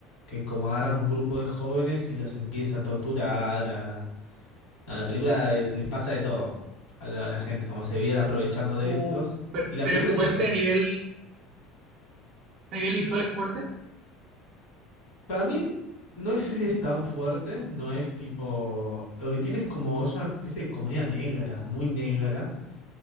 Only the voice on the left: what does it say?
que como agarran un grupo de jóvenes y los empieza a torturar. A... No, la película eh, les pasa de todo a la, a la gente, como se vienen aprovechando de
estos.
Y la
película
es eso,
Para mí, no sé si es tan fuerte, no es tipo... Lo que tiene es como, es una especie de comedia negra, muy negra.